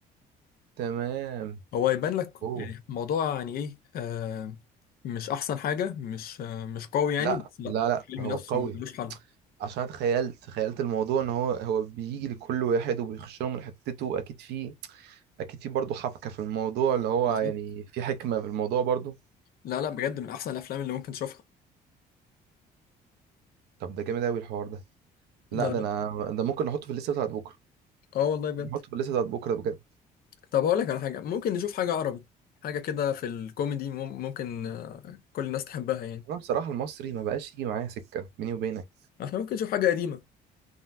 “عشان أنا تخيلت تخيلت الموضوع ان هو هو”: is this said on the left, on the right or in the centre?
Right